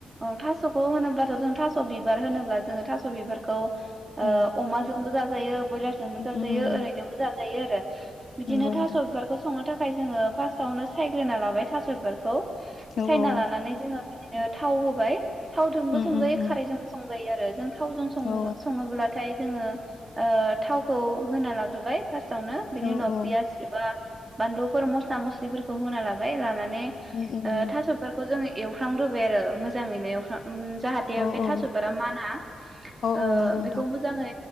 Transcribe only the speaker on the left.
औ
उम
उम
नंगौ
नोंथां
औ
औ
उम
उम उम
औ
औ
औ
उम उम
औ
औ
औ
औ नंगौ नोंथां